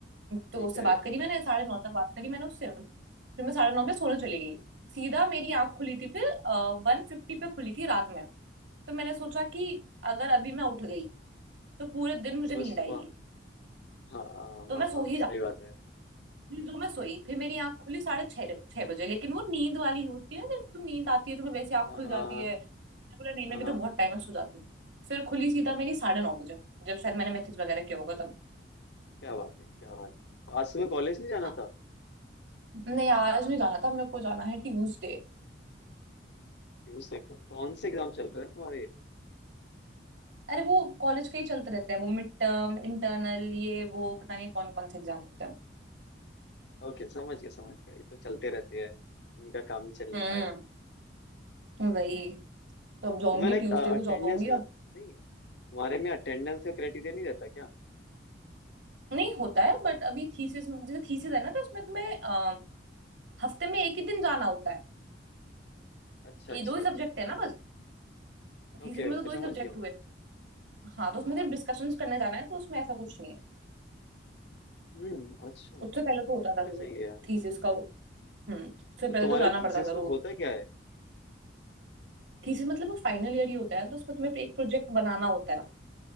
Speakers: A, on the right; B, on the left.
A: तो
B: ठीक
A: उससे
B: है
A: बात करी मैंने साढ़े नौ तक बात करी मैंने उससे फिर मैं साढ़े नौ बजे सोने चली गई सीधा मेरी आंख खुली थी फिर वन फिफ्टी पे खुली थी रात में तो मैंने सोचा कि अगर अभी मैं उठ गई तो पूरे दिन मुझे
B: तो बस
A: नींद
B: सुबह
A: आएगी
B: हाँ हाँ
A: तो
B: हाँ
A: मैं सो
B: हाँ
A: ही
B: सही
A: जाती
B: बात
A: हूँ
B: है
A: फिर जो मैं सोई फिर मेरी आंख खुली साढ़े छह छह बजे लेकिन वो नींद वाली होती है ना जब तुम नींद आती है तुम्हें वैसे आंख
B: हाँ
A: खुल
B: हाँ
A: जाती
B: हाँ
A: है
B: हाँ
A: मैंने बोला नहीं मैं भी
B: हाँ हाँ,
A: तो बहुत टाइम में सो जाती हूँ फिर खुली सीधा मेरी साढ़े नौ बजे जब शायद मैंने मैसेज वगैरह किया होगा तब
B: क्या बात है क्या बात है तो आज सुबह कॉलेज नहीं जाना
A: हाँ
B: था
A: नहीं आज नहीं जाना था मेरे को जाना है ट्यूसडे
B: न्यूज देखो कौन से एग्जाम चल रहे हैं तुम्हारे
A: अरे वो कॉलेज का ही चलते रहते हैं वो मिड टर्म इंटरनल ये वो पता नहीं कौन कौन से एग्जाम होते हैं
B: ओके समझ गया समझ गया ये तो चलते रहते हैं इनका काम ही चलने
A: हम्म
B: का है
A: वही तो अब जाऊंगी
B: तो मैं लाइक
A: ट्यूसडे
B: अटेंडेंस
A: को जाऊंगी
B: का
A: अब
B: नहीं तुम्हारे में अटेंडेंस का क्राइटेरिया नहीं रहता क्या
A: नहीं होता है बट अभी थीसिस में जैसे थीसिस है ना तो उसमें तुम्हें अ, हफ्ते में एक ही दिन जाना होता है
B: अच्छा
A: ये
B: अच्छा
A: दो ही सब्जेक्ट
B: अच्छा
A: है ना बस थीसिस
B: ओके
A: में
B: ओके
A: तो दो
B: समझ
A: ही सब्जेक्ट
B: गया वो
A: हुए हाँ तो उसमें
B: हाँ
A: सिर्फ डिस्कशन करने जाना है तो उसमें ऐसा कुछ नहीं है
B: हम्म अच्छा
A: उससे पहले तो होता
B: फिर
A: था रोज
B: सही है यार
A: थीसिस का हम्म उससे पहले
B: तो तुम्हारे
A: तो जाना पड़ता
B: थीसिस
A: था
B: में
A: रोज
B: होता क्या है
A: थीसिस मतलब फाइनल ईयर ही होता है तो उसमें तुम्हें एक प्रोजेक्ट बनाना होता है